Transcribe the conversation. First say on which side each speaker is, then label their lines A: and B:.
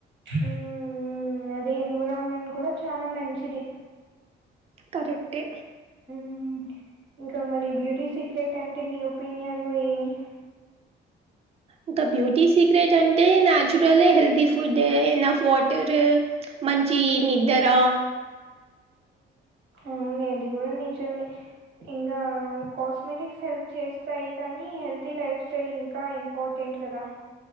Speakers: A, on the right; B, on the right.
A: ఉ ఉ అది ఎన్విరాన్మెంట్ కూడా చాలా మంచిది
B: కరెక్టే
A: మ్మ్ ఇంకా మరి బ్యూటీ సీక్రెట్ అంటే నీ ఒపీనియన్ లో ఏమి
B: ఇంకా బ్యూటీ సీక్రెట్ అంటే నాచురల్ హెల్తీ ఫుడ్ ఏనా అఫ్ వాటర్ మంచి
A: మ్మ్
B: నిద్ర
A: అ అంటున్నది కూడా నిజమే ఇంకా కాస్మెటిక్స్ హెల్ప్ చేస్తాయి కానీ హెల్తీ లైఫ్ స్టైల్ ఇంకా ఇంపార్టెంట్ ఇప్పుడు కదా